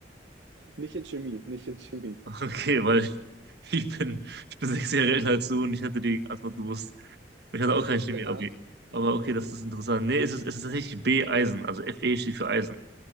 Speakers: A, on the right (about 80°); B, on the right (about 65°).
A: Nicht in Chemie, <laughs> nicht in Chemie.
B: Okay, weil ich bin, ich bin sechs Jahre älter als du und ich hätte die Antwort gewusst. Und ich hatte
A: Ach
B: auch
A: so,
B: kein Chemie-Abi.
A: ja.
B: Aber okay, das ist interessant. Nee, es ist, es ist tatsächlich B, Eisen. Also Fe steht für Eisen.